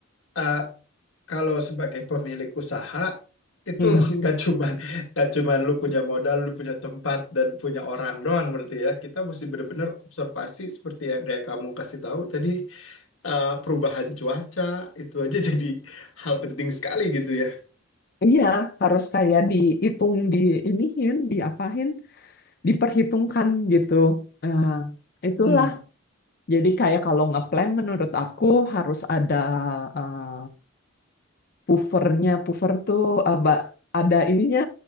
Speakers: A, on the left; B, on the left.
A: eh, kalau sebagai pemilik usaha itu
B: Hmm.
A: <laughs> nggak cuman nggak cuman lu punya modal, lu punya tempat dan punya orang doang berarti ya. Kita mesti benar-benar observasi seperti yang kayak kamu kasih tahu tadi eh, perubahan cuaca itu aja <laughs> jadi hal penting sekali gitu ya.
B: Iya, harus kayak dihitung, diiniin, diapain, diperhitungkan gitu. Eh, itulah.
A: Hmm,
B: Jadi kayak kalau ngeplan menurut aku harus ada eh, Puffernya, puffer tuh aba, ada ininya